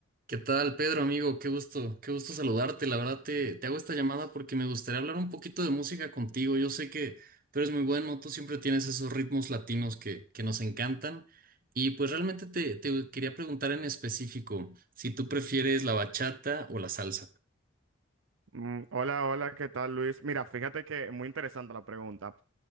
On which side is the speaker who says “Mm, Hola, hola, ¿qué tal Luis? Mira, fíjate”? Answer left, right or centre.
Right